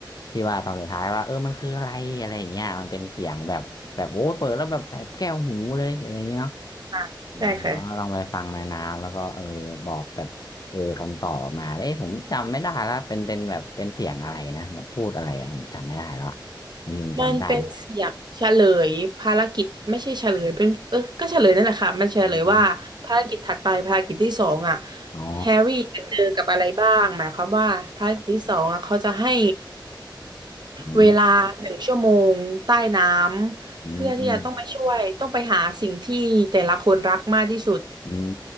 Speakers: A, on the left; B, on the right.
A: ที่ว่าตอนสุดท้ายว่าเออมันคืออะไรอะไรอย่างเงี้ยมันเป็นเสียงแบบแบบโอ้ยเปิดแล้วแบบแสบแก้วหูเลยอะไรอย่างเงี้ยเนาะ
B: ค่ะใช่ค่ะ
A: อ๋อต้องไปฟังในน้ำแล้วก็เออบอกแบบเออคำตอบออกมาเอ้ยผมจำไม่ได้แล้วเป็นเป็นแบบเป็นเสียงอะไรนะมันพูดอะไรอะผมจำไม่ได้แล้วอะมีมจำได้ไหม
B: มันเป็นเสียงเฉลยภารกิจไม่ใช่เฉลยเป็นเออก็เฉลยนั่นแหละค่ะมันเฉลยว่าภารกิจถัดไปภารกิจที่สองอ่ะ
A: อืมอ๋อ
B: แฮร์รี่จะเจอกับอะไรบ้างหมายความว่าภารกิจที่สองอ่ะเขาจะให้
A: อืม
B: เวลาหนึ่งชั่วโมงใต้น้ำเพื่อที่จะต้องไปช่วยต้องไปหาสิ่งที่แต่ละคนรักมากที่สุด
A: อืมอืม